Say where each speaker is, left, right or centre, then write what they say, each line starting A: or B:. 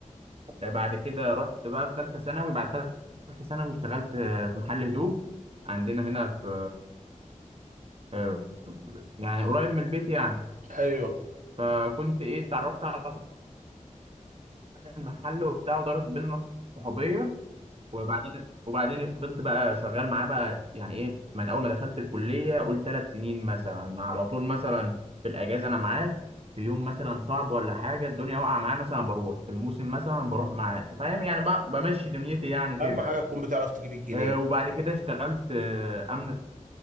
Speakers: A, on the right; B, on the right.
A: آه بعد كده رحت بقى في ثالثه ثانوي بعد ثالثه ثانوي اشتغلت آه في محل هدوم عندنا هنا في آه يعني قريب من البيت يعني
B: ايوه
A: فكنت ايه اتعرفت على محل وبتاع ودارت بينا صحوبيه وبعدين وبعدين فضلت بقى شغال معاه بقى يعني ايه من اول ما دخلت الكليه قول ثلاث سنين مثلا على طول مثلا في الاجازه انا معاه في يوم مثلا صعب ولا حاجه الدنيا واقعه معاه مثلا بروح في الموسم مثلا بروح معاه انت فاهم يعني بقى بمشي دنيتي يعني كده
B: اهم حاجه تكون بتعرف تجيب الجنيه
A: آه، وبعد كده اشتغلت آه، امن في